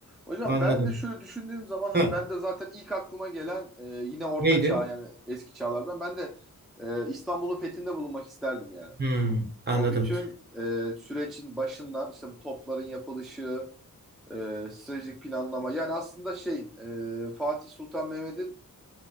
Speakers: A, in the centre; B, on the right (about 30°).
A: Hocam
B: anladım.
A: ben de şöyle düşündüğüm zaman hani
B: Ha,
A: ben de zaten ilk aklıma gelen e, yine orta
B: neydi?
A: çağ yani eski çağlardan ben de e, İstanbul'un fethinde bulunmak isterdim yani.
B: Hmm, anladım.
A: O bütün e, sürecin başından işte bu topların yapılışı, e, stratejik planlama yani aslında şey e, Fatih Sultan Mehmet'in